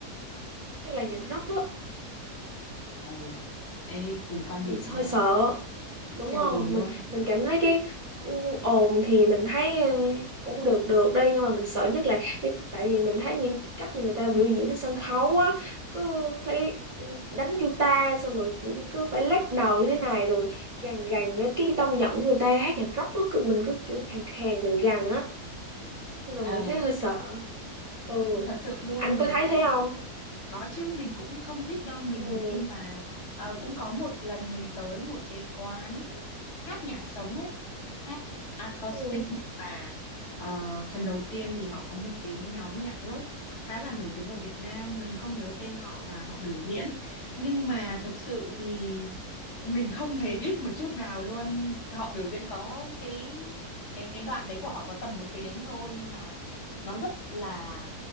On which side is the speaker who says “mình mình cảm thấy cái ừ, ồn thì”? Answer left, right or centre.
Right